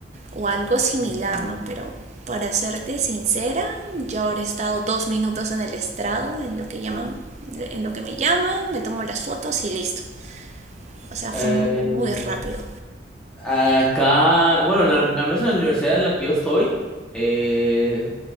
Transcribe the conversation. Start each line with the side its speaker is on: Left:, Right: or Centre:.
Right: o algo similar,
Centre: Mm,
Right: ¿no? Pero para serte sincera, yo ahora he estado dos minutos en el estrado, en lo que llaman, en lo que me llaman, me tomo las fotos y listo. O sea,
Centre: eh,
Right: fue muy, muy rápido.
Centre: acá, bueno, en la- al menos en la universidad en la que yo estoy, eh,